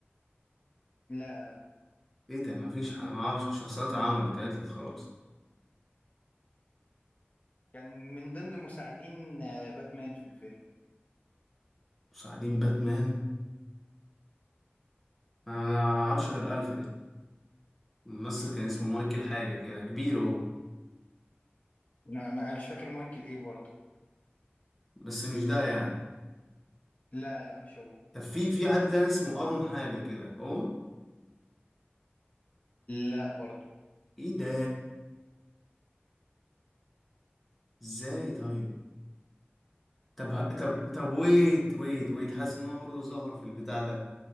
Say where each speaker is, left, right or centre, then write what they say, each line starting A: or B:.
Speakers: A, on the left; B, in the centre.
A: لا لا
B: إيه ده مفيش أنا معرفش الشخصيات عملت عتلت خلاص
A: كان من ضمن مساعدين آه، باتمان في الفيلم
B: مساعدين باتمان انا ما اعرفش غير الفريد الممثل كان اسمه مايكل حاجه كده كبير هو
A: انا أنا مش فاكر مايكل ايه برضه
B: بس مش ده يعني
A: لا لا مش هو
B: طب في في حد تاني اسمه ارون حاجه كده هو
A: لا برضه
B: ايه ده ازاي طيب طب ه- طب طب ويت ويت ويت حاسس ان هو برضه ظهر في البتاع ده